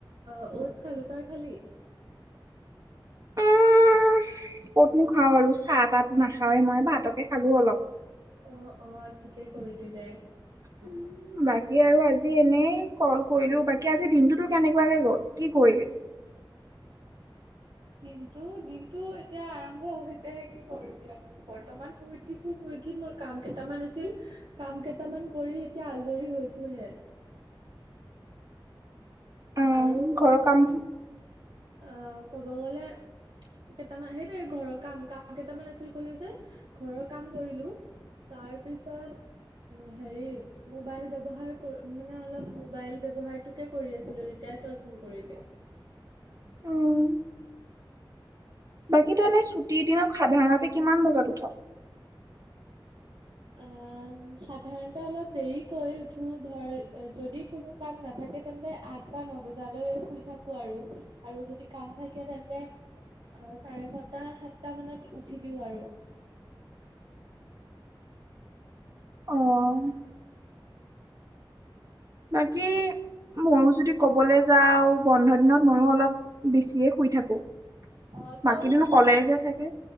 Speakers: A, on the right (about 80°); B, on the right (about 40°).
A: অ, ঔটছ খালো। তই খালি?
B: উম ক'তনো খাওঁ আৰু চাহ তাহো নাখাৱে মই ভাতকে খালো অলপ।
A: অ, অ, ঠিকেই কৰিলি দে।
B: উম, বাকী আৰু আজি এনেই ক'ল কৰিলো, বাকী আজি দিনটোতো কেনেকুৱাকে গ'ল কি কৰিলি?
A: কিন্তু দিনটো এতিয়া আৰম্ভ হৈছেহে, কি কৰিবি আৰু। বৰ্তমান শুই উঠিছোঁ, শুই উঠি মোৰ কাম কেইটামান আছিল কাম কেইটামান কৰি এতিয়া আজৰি হৈছোঁ। <inaudible>
B: অ
A: আৰু
B: ঘৰৰ কাম
A: অ', ক'ব গ'লে কেটামান সেইটোয়ে ঘৰৰ কাম কাম কেটামান আছিল ক'লো যে ঘৰৰ কাম কৰিলো। তাৰ পিছত উ হেৰি মোবাইল ব্যৱহাৰ কৰ মানে অলপ মোবাইল ব্যৱহাৰটোকে কৰি আছিলোঁ। তেতিয়াই তই ফোন কৰিলি।
B: অ'। বাকী তই এনেই ছুটিৰ দিনত সাধাৰণতে কিমান বজাত উঠ?
A: অ', সাধাৰণতে অলপ দেৰিকৈ উঠো। ধৰ যদি কোনো কাম নাথাকে তেন্তে আঠ বা ন বজালৈ শুই থাকোঁ আৰু। আৰু যদি কাম থাকে তেন্তে অ', চাৰে ছটা সাতটা মানত উঠি দিওঁ আৰু।
B: অ'। বাকী মোৰ যদি ক'বলৈ যাওঁ বন্ধ দিনত ময়ো অলপ বেছিয়ে শুই থাকো।
A: অ', তয়ো
B: বাকী দিনো
A: শু
B: কলেজে থাকে